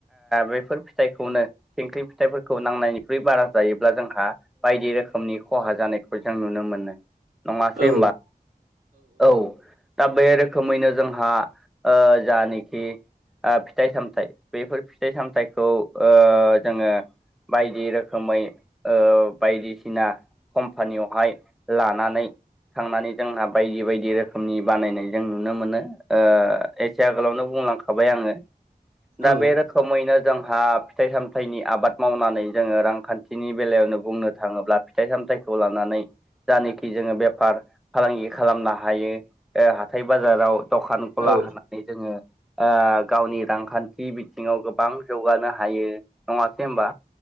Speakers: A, in the centre; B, on the right (about 60°).
A: बेफोर फिथाइखौनो थिंख्लि फिथाइफोरखौ नांनायनिख्रुइ बारा जायोब्ला जोंहा बायदि रोखोमनि खहा जानायखौ जों नुनो मोनो नङासै
B: औ
A: होनबा औ दा बे रोखोमैनो जोंहा ओ जानाखि ओ फिथाइ सामथाय बेफोर फिथाइ सामथायखौ ओ जोङो बायदि रोखोमै ओ बायदिसिना कम्पानियावहाय लानानै थांनानै जोंहा बायदि बायदि रोखोमनि बानायनाय जों नुनो मोनो एसे आगोलावनो बुंलांखाबाय आङो
B: औ
A: दा बे खोमैनो जोंहा फिथाइ सामथाइनि आबाद मावनानै जोङो रांखान्थिनि बेलायावनो बुंनो थाङोब्ला फिथाइ सामथाइखौ लानानै जानाखि जोङो बे फार फालांगि खालामनो हायो हाथाय बाजाराव दखान
B: औ
A: गला हो जोङो ओ गावनि रांखान्थि बिथिङाव गोबां जौगानो हायो नङासै होमबा